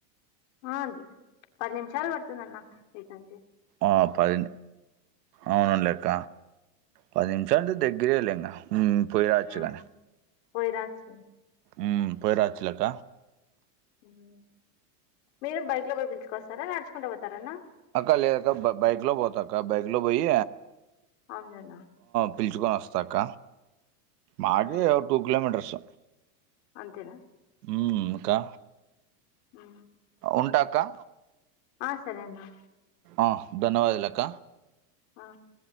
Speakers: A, on the left; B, on the right.
A: ఆ పది నిమిషాల్ పడుతుంది అన్న ఈట్నుంచి
B: ఆ పది అవున లెక్క పది నిమిషాల అంటే దగ్గరేలే ఇంకా ఉమ్ పోయిరాచ్చుగానే
A: హ్మ్. పోయి రావచ్చు
B: ఉ పోయిరాచ్చలేక్క
A: ఉమ్ మీరే బైక్ లో పోయి పిలుచుకొస్తారా నడుచుకుంటూ పోతారా అన్న
B: అక్క లేదాక్క బ బైక్లో పోతాక్క బైక్లో పోయి
A: అవునలెన్నా
B: పిలుచుకొని వస్తాక్క మాకి
A: ఆ
B: టూ కిలోమీటర్స్
A: అంతేనా
B: ఊమ్ కా
A: ఉమ్
B: ఉంటాక్కా
A: ఆ సరేన్న
B: ఆ ధన్యవాదలక్క
A: ఆ